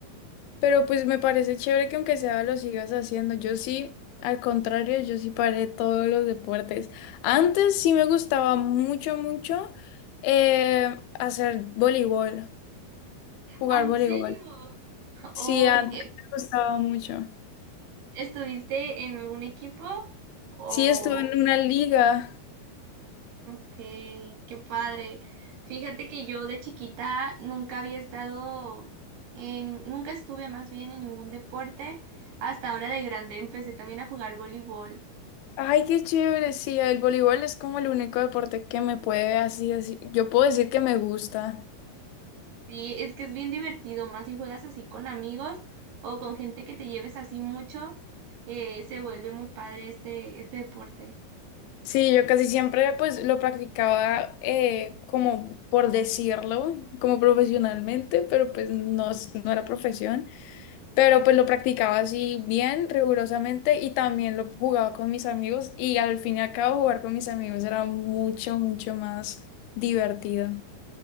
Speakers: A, on the left; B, on the right.
A: Pero pues me parece chévere que aunque sea lo sigas haciendo. Yo sí, al contrario, yo sí paré todos los deportes. Antes sí me gustaba mucho, mucho eh, hacer voleibol, jugar
B: Ah, ¿En
A: voleibol.
B: serio? <laughs>
A: Sí,
B: Hoy,
A: antes
B: eh,
A: me gustaba mucho.
B: ¿estuviste en algún equipo o...?
A: Sí, estuve en una liga.
B: Ok, qué padre. Fíjate que yo de chiquita nunca había estado en, nunca estuve más bien en ningún deporte. Hasta ahora de grande empecé también a jugar voleibol.
A: Ay, qué chévere. Sí, el voleibol es como el único deporte que me puede así, así. Yo puedo decir que me gusta.
B: Sí, es que es bien divertido, más si juegas así con amigos o con gente que te lleves así mucho, eh, se vuelve muy padre este, este deporte.
A: Sí, yo casi siempre pues lo practicaba eh, como por decirlo, como profesionalmente, pero pues no, es- no era profesión, pero pues lo practicaba así bien, rigurosamente y también lo jugaba con mis amigos y al fin y al cabo jugar con mis amigos era mucho, mucho más divertido.